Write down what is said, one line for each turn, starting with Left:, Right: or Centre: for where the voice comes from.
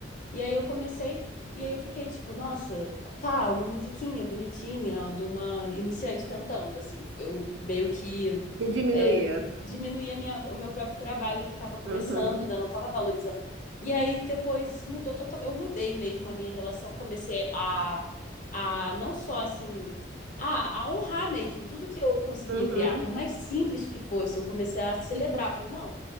Left: E aí eu comecei, e aí eu fiquei tipo, nossa, tá, uma musiquinha bonitinha de uma iniciante tentando, assim. Eu meio que
Right: Se diminuía.
Left: é, diminuir a minha, o meu próprio trabalho que estava começando,
Right: Uhum.
Left: né? Não estava valorizando. E aí depois mudou total. Eu mudei mesmo a minha relação, comecei a, a não só assim a, a honrar mesmo tudo que eu conseguia
Right: Uhum.
Left: criar, por mais simples que fosse, eu comecei a celebrar. Falei, não,